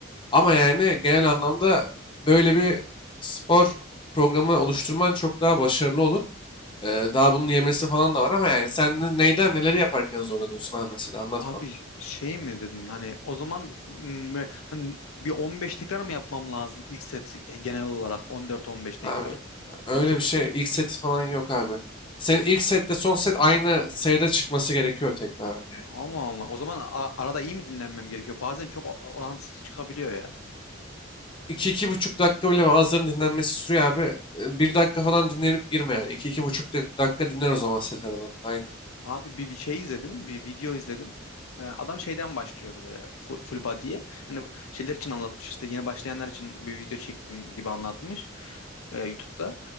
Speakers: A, on the left (about 25°); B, on the left (about 80°).
A: Ama yani genel anlamda böyle bir spor programı oluşturman çok daha başarılı olur. Ee, daha bunun yemesi falan da var ama yani sen neyden neleri yaparken zorlanıyorsun abi mesela anlat
B: Abi
A: bana.
B: şey mi dedin hani o zaman m, böyle hani bir 15 tekrar mı yapmam lazım ilk set e, genel olarak 14-15 tekrar.
A: Abi e, öyle
B: Yani çok
A: bir şey. ilk seti falan yok abi. Senin ilk setle son set aynı sayıda çıkması gerekiyor tekrar yani.
B: Allah Allah. O zaman a- arada iyi mi dinlenmem gerekiyor? Bazen çok o- orantısız çıkabiliyor ya.
A: iki buçuk dakika bile bazılarının dinlenmesi sürüyor abi. E, Bir dakika falan dinlenip girme yani. iki buçuk dak- dakika dinlen o zaman set aralarında. Aynen.
B: Abi bir şey izledim, bir video izledim. Ee, Adam şeyden başlıyordu böyle fu- full body'ye. Hani şeyler için anlatmış işte yeni başlayanlar için bir video çektim gibi anlatmış e, YouTube'da.